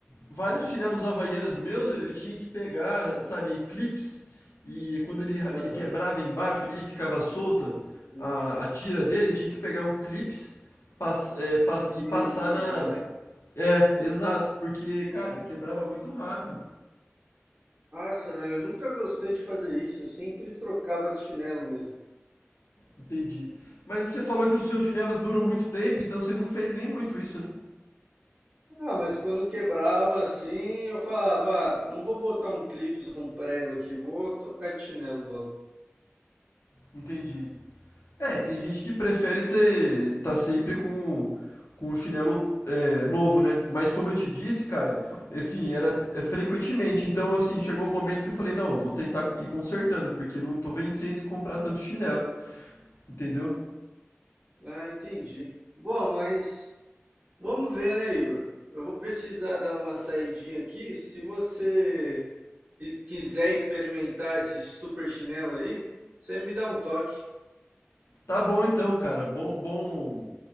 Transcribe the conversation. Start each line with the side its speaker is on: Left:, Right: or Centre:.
Left: vários chinelos havaianas meus eu eu tinha que pegar, sabe, clips, e quando ele, ra-
Right: Aham.
Left: ele quebrava embaixo ali, ficava solta
Right: E,
Left: a, a tira dele, eu tinha que pegar um clips pass, é, pass, e
Right: e
Left: passar
Right: grudar,
Left: na.
Right: né?
Left: É, exato, porque, cara, quebrava muito rápido.
Right: Nossa, velho, eu nunca gostei de fazer isso. Eu sempre trocava de chinelo mesmo.
Left: Entendi. Mas você falou que os seus chinelos duram muito tempo, então você não fez nem muito isso, né?
Right: Ah, mas quando quebrava assim, eu falava, ah, não vou botar um clipe, um prego aqui, vou trocar de chinelo logo.
Left: Entendi. É, tem gente que prefere ter tá sempre com com um chinelo é, novo, né? Mas como eu te disse, cara, assim, era é, frequentemente. Então, assim, chegou um momento que eu falei, não, eu vou tentar co- ir consertando, porque não tô vencendo de comprar tanto chinelo, entendeu?
Right: Ah, entendi. Bom, mas. Vamos ver, né, Igor? Eu vou precisar dar uma saidinha aqui. Se você e- quiser experimentar esse super chinelo aí, você me dá um toque.
Left: Tá bom então, cara. Bom bom